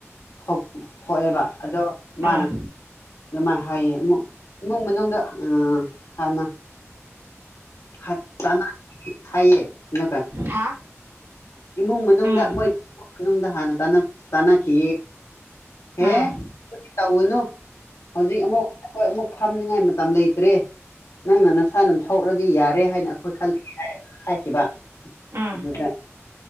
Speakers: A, on the left (about 80°); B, on the right (about 75°).
A: ꯊꯣꯛꯑꯦꯕ ꯑꯗꯣ
B: ꯎꯝ
A: ꯃꯥꯅ ꯑꯗꯨꯃꯥꯏꯅ ꯍꯥꯏꯌꯦ ꯑꯃꯨꯛ ꯏꯃꯨꯡ ꯃꯅꯨꯡꯗ ꯎ ꯍꯅ ꯍ ꯆ ꯍꯥꯏꯌꯦ ꯅꯀ
B: ꯍꯥ
A: ꯏꯃꯨꯡ ꯃꯅꯨꯡꯗ
B: ꯎꯝ
A: ꯃꯣꯏꯃ ꯃꯅꯨꯡꯗ ꯍꯥꯟꯅ ꯇꯥꯟꯅ ꯆꯅꯥ ꯈꯤ ꯍꯦ
B: ꯎꯝ
A: ꯇꯅꯨ ꯍꯧꯖꯤꯛ ꯑꯃꯨꯛ ꯑꯩꯈꯣꯏ ꯑꯃꯨꯛ ꯐꯝꯅꯤꯡꯉꯥꯏ ꯃꯇꯝ ꯂꯩꯇ꯭ꯔꯦ ꯅꯪꯅ ꯅꯁꯥ ꯑꯗꯨꯝ ꯊꯣꯛꯧꯔꯗꯤ ꯌꯥꯔꯦ ꯍꯥꯏꯅ ꯑꯩꯈꯣꯏ ꯈꯂ ꯍꯥꯏꯈꯤꯕ
B: ꯎꯝ
A: ꯑꯗꯨꯗ